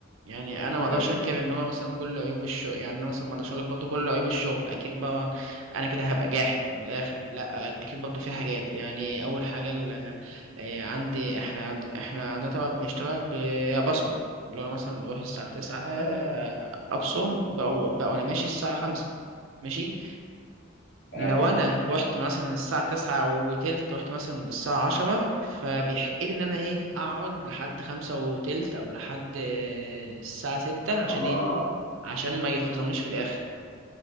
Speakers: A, on the right; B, on the left.
A: يعني أنا ما أقدرش
B: ايه بقى
A: أنكر إن هو مثلا كل عيوب الشغل يعني أنا مثلا ما أقدرش أقول لك برضه كل عيوب الشغل أكيد بقى أنا كده هبقى جاحد من الآخر لا أكيد برضه في حاجات يعني أول حاجة ال- آه، عندي إحنا عند إحنا عندنا طبعا بنشتغل ببصمة اللي هو مثلا بروح الساعة تسعة آه،
B: اه
A: أبصم بقى بقى وأنا ماشي الساعة خمسة ماشي
B: اه
A: لو انا رحت مثلا الساعة تسعة وتلت رحت مثلا من الساعة عشرة فبيحق لي ان انا ايه اقعد لحد خمسة وتلت او لحد آه، الساعة ستة
B: آه.
A: عشان ايه عشان ما يتخصمنيش في الاخر